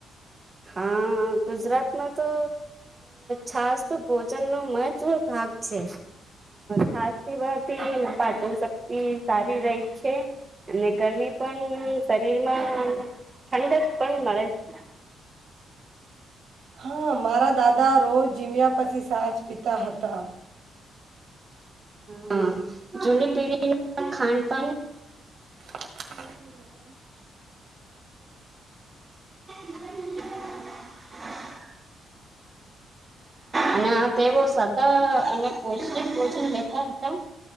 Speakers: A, on the right; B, on the right.
A: હા ગુજરાતમાં તો છાસ તો ભોજનનોો મહત્વ ભાગ છે, છાસ દીવાથી પાચન શક્તિ સારી રહી છે, અને ગરમી પણ શરીરમાં ઠંડક પણ મળે છે.
B: હા, મારા દાદા રોજ જીમ્યા પછી સાચ પિતા હતા
A: હા જુની પીઢી નુ ખાનપાન
B: હ <inaudible>
A: <unintelligible> અને તેઓ સદા અને પષિક ભોજન લેતા હતા.